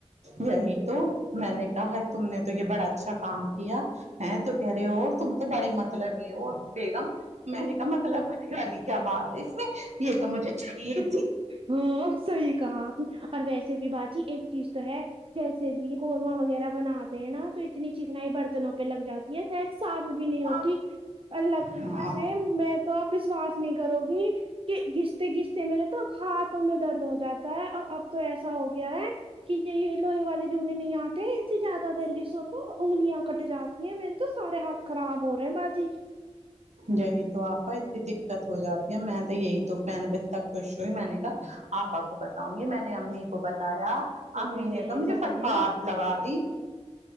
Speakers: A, on the right; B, on the right.
A: یہی تو میں نے کہا ہے تم نے تو یہ بڑا اچھا کام کیا ہے تو کہہ رہی ہو اور تم تو بڑی مطلبی ہو بیگم میں نے کہا مطلب گی کیا بات ہے اس میں یہ تو مجھے چاہیے
B: ہو صحیح کہا پھر ویسے بھی باجی ایک چیز تو ہے جیسے بھی قورمہ وغیرہ بناتے ہیں نا تو اتنی چکنائی برتنوں پہ لگ جاتی یہ سید صاف بھی نہیں ہوتی
A: تھی
B: اللہ کے حکم
A: ہاں
B: سے میں تو آپ وشواس نہیں کرو گی کہ گستے گستے میرے تو ہاتھوں میں درد ہو جاتا ہے اور اب تو ایسا ہو گیا ہے کہ یہ لوہے والے جونے نہیں آتے ہیں ان سے زیادہ دیر گسو تو انگلیاں کٹ جاتی ہیں میرے تو سارے ہاتھ خراب ہو رہے ہے باجی
A: یہی تو اپا اتنی دقت ہو جاتی ہے میں تو یہی تو میں اتنا خوش ہوئی میں نے کہا آپا کو بتاؤں گی میں نے امی کو بتایا
B: کوئی
A: امی
B: نہیں
A: نے تو مجھے
B: سچ
A: فٹکار
B: میں
A: لگا دی